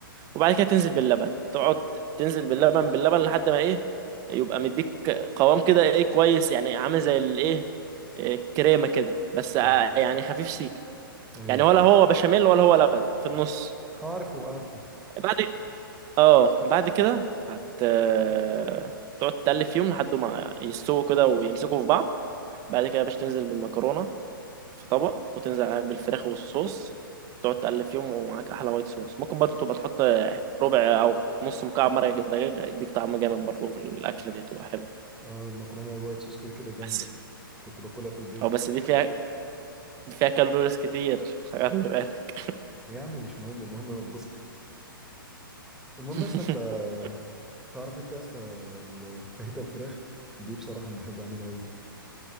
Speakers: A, on the right; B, in the centre.
A: وبعد كده تنزل باللبن تقعد تنزل باللبن باللبن لحد ما ايه يبقى مديك قوام كده ايه كويس يعني عامل زي الايه إيه، آه، كريمه كده بس آه،
B: اه
A: يعني خفيف سيكه
B: ايوه
A: يعني ولا هو بشاميل ولا هو لبن في النص
B: اه عارفه عارفه
A: بعد اه بعد كده هت آه، تقعد تقلب فيهم لحد ما يستووا كده ويمسكوا في بعض بعد كده باش تنزل بالمكرونه في طبق وتنزل عليه بالفراخ والصوص تقعد تقلب فيهم ومعاك احلى وايت صوص ممكن برضه تبقى تحط ربع او نص مكعب مرق دجاج يديك طعم جامد برضه في الاكله دي تبقى حلوه
B: اه المكرونة الوايت صوص كده كده جامدة
A: بس
B: كنت باكلها في البيت
A: او بس دي فيها دي فيها كالوريز كتير خلي بالك
B: يا عم مش مهم المهم انا اتبسط المهم
A: <laughs>
B: يا اسطى انت تعرف انت يا اسطى ال- فاهيتا الفراخ دي بصراحة أنا بحب اعملها قوي